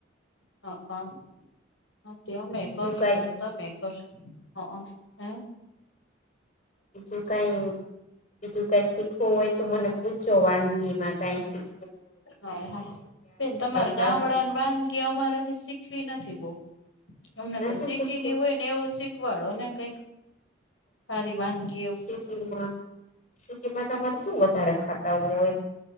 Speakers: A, on the left; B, on the left.
A: હા હા અમે
B: બીજું
A: પણ કરશુ
B: કઈ
A: તમે હ હમ <inaudible>
B: બીજુ કઈ બીજુ કઈ શીખવુ હોય તો મને પૂછજો વાનગીમા કાઈ સી.
A: હા હા બેન તમારી
B: સાસુ
A: ગામડા ની વાનગી અમારે શીખવી નથી બહુ. અમને
B: નથી
A: તો સીટીની
B: શીખવું
A: હોય ને એવુ શીખવાડો ને કઈક. હારી વાનગીઓ
B: સિટીમાં સિટીમાં તમારે
A: એવું
B: શુ વધારે ખાતા હોય?